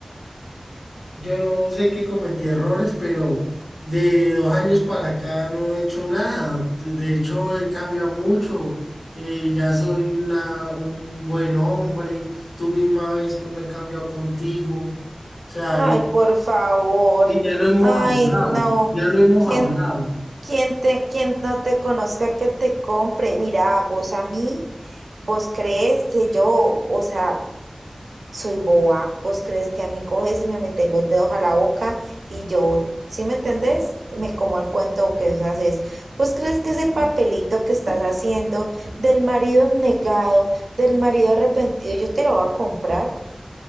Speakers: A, on the left (about 80°); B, on the right (about 85°).
A: yo sé que cometí errores, pero de dos años para acá no he hecho nada, de de hecho he cambiado mucho, eh, ya soy una, un buen hombre, tú misma ves cómo he cambiado contigo, o sea,
B: Ay,
A: y,
B: por favor,
A: y ya lo hemos
B: ay,
A: hablado,
B: no,
A: ya lo hemos
B: ¿quién
A: hablado,
B: Quien te, quien no te conozca, que te compre. Mira, vos a mí, vos crees que yo, o sea, soy boba. Vos crees que a mí coges y me metes los dedos a la boca y yo, ¿sí me entendés? Me como el cuento que vos haces. Vos crees que ese papelito que estás haciendo del marido abnegado, del marido arrepentido, yo te lo voy a comprar.